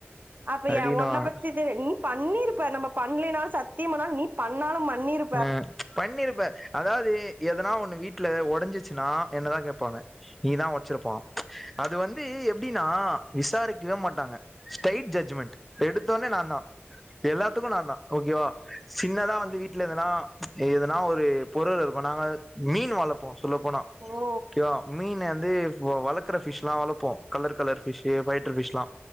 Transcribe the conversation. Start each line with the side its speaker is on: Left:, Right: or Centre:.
Right: அப்ப
Centre: அப்டின்னுவாங்க
Right: ஏ ஒன்ன பத்திது நீ பண்ணிருப்ப நம்ப பண்லனாலு சத்தியம் பண்ணாலு நீ பண்ணாலு பண்ணிருப்
Centre: ம் பண்ணிருப்ப அதாவது எதனா ஒண்ணு வீட்ல ஒடைஞ்சிச்சுன்னா என்னதா கேப்பாங்க நீதா ஒடச்சிருப்பா அது வந்து எப்டின்னா விசாரிக்கவே மாட்டாங்க ஸ்டைட் ஜட்ஜ்மென்ட் எடுத்தோன்னே நான்தா எல்லாத்துக்கு நான்தா ஓகேவா சின்னதா வந்து வீட் ல எதனா எதுனா ஒரு பொருள் இருக்கு நாங்க மீன் வளப் போ சொல்லப் போனா
Right: ஓ
Centre: ஒகேவா மீன் வந்து இப்ப வளக் க்கர ஃபிஷ்லா வளப்போ கலர் கலர் ஃபிஷூ பைட்டர் பிஷ்லா